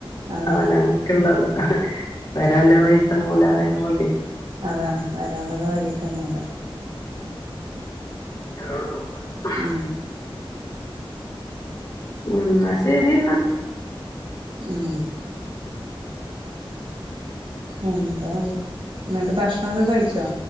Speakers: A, on the right (about 60°); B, on the left (about 40°).
A: അതാണ്
B: അവനാൻ ഉള്ളത് വരള്ള വഴിത്തങ്ങൂല പറയണ പോലെ
A: അതാണ് വരാൻ ഉള്ളത് വഴിത്തങ്ങുല.
B: ഈ
A: ഉം
B: ഉം എന്നാ ശെരി എന്നാ.
A: ഉം എന്താ എന്നിട്ട് ഭക്ഷണൊക്കെ കഴിച്ചോ?